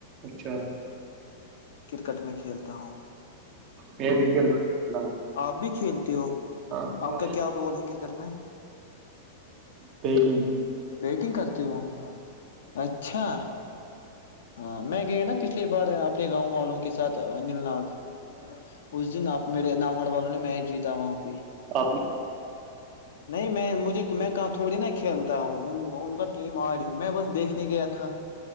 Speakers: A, on the right (about 25°); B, on the left (about 85°).
A: اچھا
B: کرکٹ میں کھیلتا ہوں
A: میں بھی کر رہا ہوں
B: آپ بھی کھیلتے ہو
A: ہاں
B: آپ کا کیا رول ہے کرکٹ میں
A: بیجنگ
B: ویٹنگ کرتی ہوں اچھا ہاں میں گیا نہ پچھ بار اپنے گاؤں والوں کے ساتھ نیلناگ اس دن آپ میرے نر والوں نے میچ جیتا وہاں پہ
A: ا
B: نہیں میں مجھے میں کہاں تھوڑی نہ کھیلتا ہوں ان ان کا ٹیم آ رہی میں بس دیکھ گیا تھا